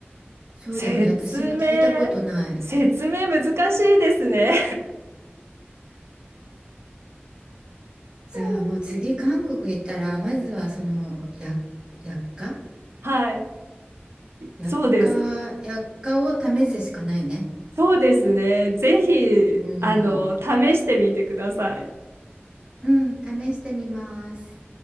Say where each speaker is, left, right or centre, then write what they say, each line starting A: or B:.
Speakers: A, on the right (about 20°); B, on the right (about 85°).
A: そうだよね。
B: 説明、
A: 私も聞いたことない。
B: 説明難しいですね。
A: じゃあもう次韓国行ったら、
B: <laughs>
A: まずはその、や、薬価
B: はい。
A: 薬価、
B: そうです。
A: 薬価を試すしかないね。
B: そうですね。ぜひ、
A: うん。
B: あの、試してみてください。
A: うん、試してみます。